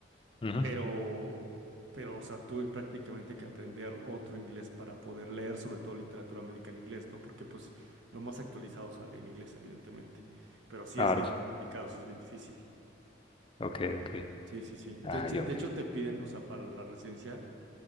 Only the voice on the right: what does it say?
Pero, pero, o sea, tuve prácticamente que aprender otro inglés para poder leer sobre todo literatura médica en inglés, ¿no? Porque pues lo más actualizado sale en inglés, evidentemente. Pero sí
es bien complicado, sí es bien difícil.
Sí, sí, sí.
De, hecho,
de hecho, te piden, o sea, para la residencia